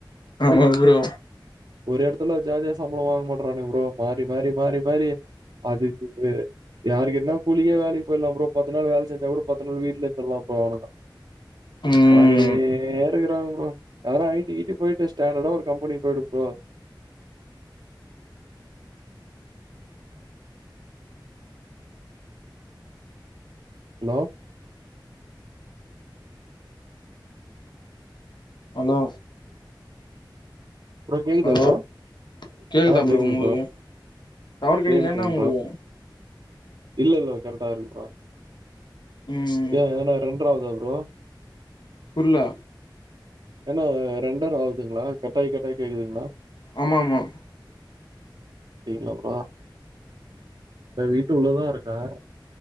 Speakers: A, on the left (about 65°); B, on the right (about 65°).
A: ஆமா ப்ரோ
B: ஒரு இடத்துல ஜாலியா சம்பளோ வாங்க மாட்றானுங்க ப்ரோ மாறி மாறி மாறி மாறி அது அடுத்தது யாருகிட்ன்னா கூலிக்கே வேலைக்கு போயிட்லா ப்ரோ பத்து நாள் வேலை செஞ்சா கூட பத்து நாள் வீட்லே இருந்துட்லா ப்ரோ அவ்னுங்க
A: ம்
B: மாறினே இருக்றாங்க ப்ரோ எதனா ஐ டி கிட்டி போயிட்டு ஸ்டாண்டர்டா ஒரு கம்பெனி போய்டு ப்ரோ ஹலோ
A: ஹலோ
B: ப்ரோ கேக்குதா
A: ஹலோ
B: ப்ரோ
A: கேக்குதா
B: ஆ
A: ப்ரோ
B: கேக்குது
A: உங்ளுக்கு டவர் கெடைக்லையா
B: கேக்குதுங்க
A: என்ன உங்ளுக்கு
B: ப்ரோ இல்ல இல்ல கரெக்டா இருக்குபா
A: ம்
B: ஏ ஏதனா ரெண்டர் ஆவுதா ப்ரோ
A: புர்ல
B: என்ன ரெண்டர் ஆவுதுங்ளா கட்டாயி கட்டாயி கேக்குதுங்ளா
A: ஆமா ஆமா
B: தெர்ல ப்ரோ இப்ப வீட்டு உள்ளதா இருக்கே